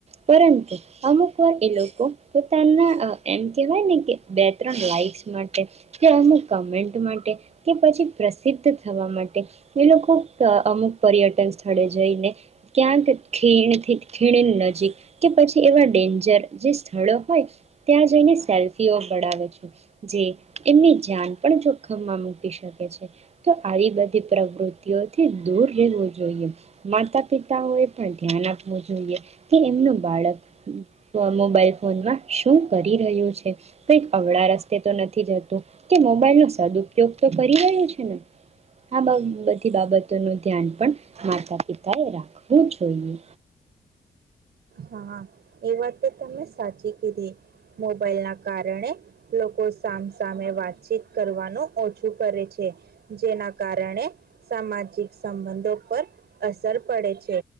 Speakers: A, on the right; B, on the right.
A: પરંતુ અમુક વાર એ લોકો પોતાના અહ એમ કેહેવાયને કે બે ત્રણ લઇક ક્સ માટે કે અમુક કમેન્ટ માટે કે પછી પ્રસિદ્ધ થવા માટે એ લોકો અહ અમુક પર્યટન સ્થળે જઈને ક્યાંક ખીણથી ખીણ નજીક કે પછી એવા ડેન્જર જે સ્થળો હોય ત્યાં જઈને સેલ્ફીઓ પડાવે છે. જે એમની જાન પણ જોખમમાં મૂકી શકે છે. તો આવી બધી પ્રવૃતિઓથી દૂર રહેવું જોઈએ. માતા પિતાઓ એ પણ ધ્યાન આપવું જોઈએ કે એમનું બાળક મોબાઈલ ફોનમાં શું કરી રહ્યું છે. કઈક અવળા રસ તે તો નથી જતું. કે મોબાઈલ નો સદુપયોગ તો કરી રહ્યું છે ને. આ બા-બધી બાબતોનું ધ્યાન પણ માતા પિતા એ રાખવું જોઈએ.
B: હા એ વાત તો તમે સાચી કીધી. મોબાઈલના કારણે લોકો સામસામે વાતચીત કરવાનું ઓછું કરે છે. જેના કારણે સામાજિક સંબંધો પર અસર પડે છે.